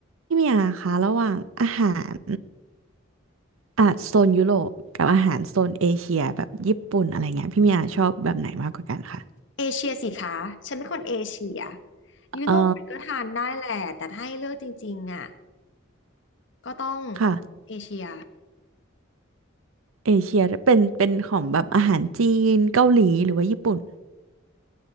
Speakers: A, on the right (about 85°); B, on the left (about 60°).
A: พี่เมียคะระหว่างอาหารอ่ะโซนยุโรปกับอาหารโซนเอเชียแบบญี่ปุ่นอะไรเงี้ยพี่เมียชอบแบบไหนมากกว่ากันคะ
B: เอเชียสิคะฉันเป็นคนเอเชียยุโรปก็ทานได้แหละ
A: อ๋อ
B: แต่ถ้าให้เลือกจริงๆอ่ะก็ต้อง
A: ค่ะ
B: เอเชีย
A: เอเชียเป็นเป็นของแบบอาหารจีนเกาหลีหรือว่าญี่ปุ่น